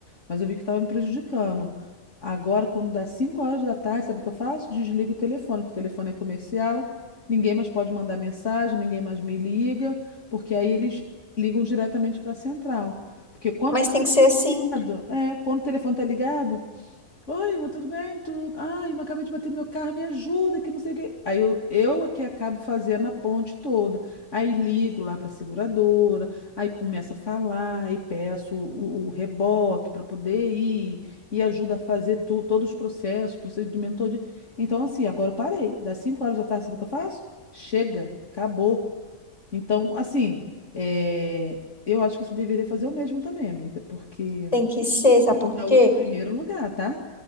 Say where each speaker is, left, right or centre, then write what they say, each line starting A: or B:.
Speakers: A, on the left (about 55°); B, on the left (about 20°).
A: mas eu vi que estava me prejudicando. Agora, quando dá 5 horas da tarde, sabe o que eu faço? Desligo o telefone, que o telefone é comercial, ninguém mais pode mandar mensagem, ninguém mais me liga, porque aí eles ligam diretamente para a central. Porque quando
B: Mas
A: o telefone,
B: tem que ser assim.
A: é, quando o telefone tá ligado, Oi, mas tudo bem? Tudo. Ai, mas acabei de bater meu carro, me ajuda, que não sei o quê. Aí eu, eu é que acabo fazendo a ponte toda. Aí ligo lá para a seguradora, aí começo a falar, aí peço o, o reboque para poder ir, e ajuda a fazer tu, todos os processos, procedimento todo. Então, assim, agora eu parei. Das 5 horas da tarde, sabe o que eu faço? Chega, acabou. Então, assim, é, eu acho que você deveria fazer o mesmo também, amiga, porque
B: Tem que ser, sabe por
A: saúde
B: quê?
A: em primeiro lugar, tá?